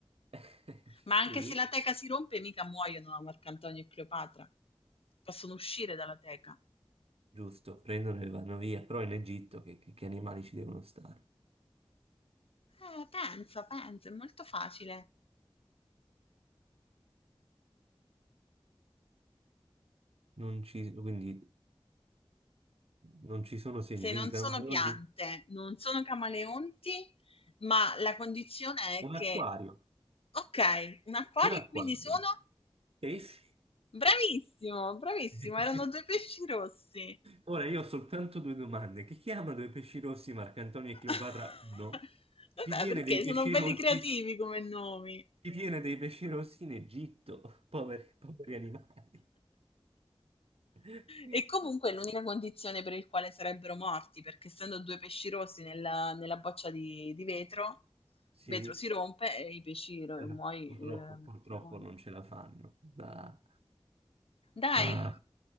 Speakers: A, on the right; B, on the left.
A: <laughs>
B: Ma anche
A: Sì,
B: se la teca si rompe, mica muoiono a Marcantonio e Cleopatra. Possono uscire dalla teca.
A: giusto, prendono e vanno via, però in Egitto che, che- che animali ci devono stare?
B: Eh, pensa, pensa, è molto facile.
A: Non ci, quindi Non ci sono segni,
B: Se
A: quindi
B: non
A: camaleonti.
B: sono piante, non sono camaleonti, ma la condizione è
A: Un
B: che,
A: acquario,
B: ok, un acquario
A: un acquario.
B: e quindi sono?
A: Eh sì.
B: Bravissimo, bravissimo,
A: <laughs>
B: erano due pesci rossi.
A: Ora io ho soltanto due domande. Chi chiama due pesci rossi Marcantonio e
B: <laughs>
A: Cleopatra uno?
B: Vabbè,
A: Chi tiene
B: perché
A: dei pesci
B: sono belli
A: rossi?
B: creativi come nomi.
A: Chi tiene dei pesci rossi in Egitto? Poveri, poveri animali. <laughs>
B: E comunque è l'unica condizione per il quale sarebbero morti, perché essendo due pesci rossi nella, nella boccia di, di vetro, il
A: Sì,
B: vetro si rompe e i pesci ro-
A: allora,
B: muoi-
A: purtroppo,
B: eh,
A: purtroppo
B: muoiono.
A: non ce la fanno. Ah.
B: Dai,
A: Ah.